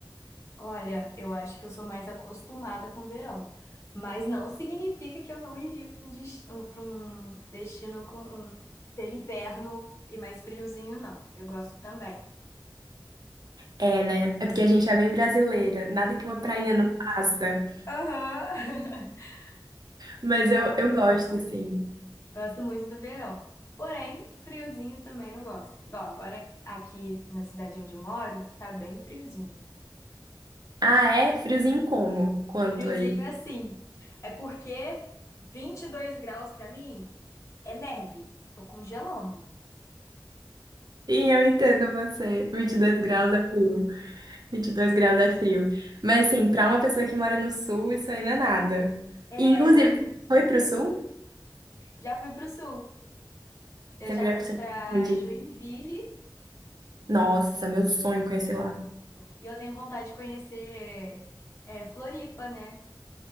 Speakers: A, on the left; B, on the right.
A: Olha, eu acho que eu sou mais acostumada com o verão, mas não significa que eu não iria para um, des- um, pra um destino com um- que seja inverno e mais friozinho, não. Eu gosto também.
B: É, né? É porque a gente é bem brasileira, nada que
A: E-
B: uma prainha não faça.
A: Aham. <laughs>
B: Mas
A: Eu gosto
B: eu, eu gosto,
A: muito,
B: assim.
A: gosto muito do verão. Porém, friozinho também eu gosto. Igual agora aqui na cidade onde eu moro, tá bem friozinho.
B: Ah, é? Friozinho como? Quanto
A: Friozinho
B: aí?
A: é sim É porque 22 graus pra mim é neve. Tô congelando.
B: Sim, eu entendo você. 22 graus é frio. vinte
A: 22
B: e dois graus
A: graus.
B: é frio. Mas, assim, pra uma pessoa que mora no sul, isso aí não é nada.
A: É,
B: E, inclusive,
A: exatamente.
B: você foi pro sul?
A: Já fui pro sul. Eu
B: Você
A: já
B: foi
A: fui
B: você
A: pra
B: onde?
A: Joinville.
B: Nossa, meu sonho conhecer lá.
A: Bom, E eu tenho vontade de conhecer é, Floripa, né?